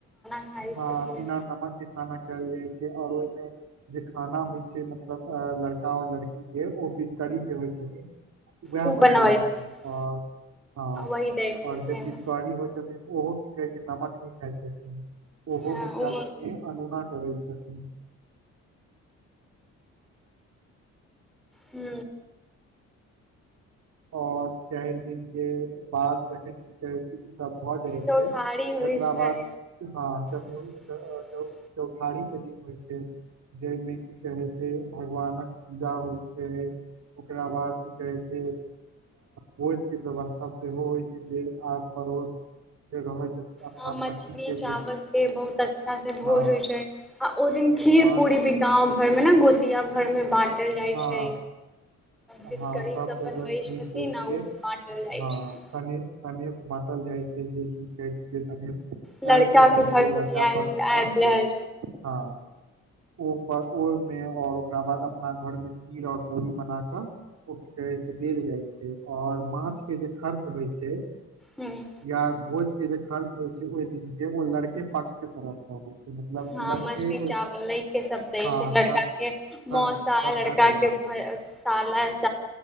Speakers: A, in the centre; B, on the right (about 60°).
A: खाइ
B: हँ
A: छथिन
B: बिना नमक के खाना खेल जाइ छै आओर जे खाना होइ छै मतलब लड़का आऔर लड़की के ओ बिघकरी जे होइ छथिन वेह
A: उ
B: बनबै छथिन
A: छै
B: आओर हँ आओर
A: वही दै छथिन
B: जे बिध करी होइ छथिन ओहो की कहै छै नमक नहि खाइत छथिन ओहो
A: ओ
B: हुनका संगे अनोना करै छथिन
A: हू
B: और चाइर दिन के बाद जखैन कि कहै छी सब भऽ जाइ
A: चौठारी
B: छै
A: होइ
B: तकरा
A: छै
B: बाद हँ चतुर
A: <inaudible>
B: च- चौ- चौठारी के दिन होइ छै जाहिमे की कहै छै भगवानक पूजा होइ छै ओकरा बाद की कहै छै भोज के व्यवस्था सेहो होइ छै जे आस पड़ोस जे रहैत छथिन छै अपना
A: हॅं मछली
B: पति के
A: चावल के बहुत अच्छा से भोज
B: हँ
A: होइ छै आ ओ दिन खीर
B: माछ
A: पूरी
B: के
A: भी गाँव घर मे ने गोतिया भर मे बाँटल जाइ
B: हँ
A: छै बिधकड़ी
B: हँ सब जगह
A: बनबै
B: खीर
A: छथिन
B: पुरी
A: आ ओ
B: के
A: बाँटल जाइ
B: हँ
A: छै
B: सनेश सनेश बाटल जाइ छै जे ची कहै छै जे
A: लड़का
B: आयल रहै
A: के घर
B: छै
A: से
B: लड़का
A: भी आयल
B: पक्ष सँ
A: आयल रहै
B: हँ ओ प ओय मे और ओकरा बाद अपना घर में खीर और पूरी बना क ओ की कहे छै देल जाय छै आओर माछ के जे खर्च होइ छै
A: ह
B: या भोज के जे खर्च होइ छै ओहि दिन के ओ लड़के पक्क्ष के तरफ छै मतलब
A: हँ
B: लड़के
A: मछली
B: ओहि
A: चावल लै के सब दै
B: हँ
A: छै लड़का के
B: खर्चा
A: मौस लड़का
B: करै
A: के
B: छै
A: भै <unintelligible>